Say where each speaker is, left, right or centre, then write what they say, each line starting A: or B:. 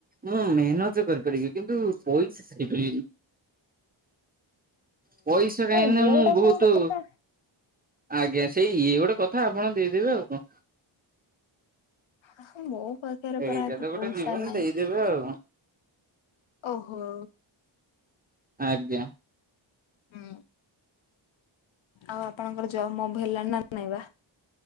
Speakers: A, on the right (about 20°); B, on the left (about 75°).
A: ମୁଁ ମେହେନତ କରିପାରିବି କିନ୍ତୁ ପଇସା ସାରିପାରିବିନି। ପଇସା କାହିଁନା
B: ଇଏ
A: ମୁଁ
B: ଗୋଟା
A: ବହୁତୁ
B: କଣ କଥା।
A: ଆଜ୍ଞା ସେଇ ଇଏ ଗୋଟେ କଥା ଆପଣ ଦେଇଦେବେ ଆଉ କଣ।
B: ଆହା ମୋ ପା ଖେରେ
A: ଏଇଟା
B: ପରା ଏବେ
A: ତ ଗୋଟେ
B: ପଇସା
A: ଜୀବନ
B: ନାଇଁ
A: ଦେଇଦେବେ ଆଉ କଣ।
B: ଓହୋ।
A: ଆଜ୍ଞା।
B: ହୁଁ ଆଉ ଆପଣଙ୍କର ଜବ୍ ମବ୍ ହେଲାଣି ନା ନଇଁବା?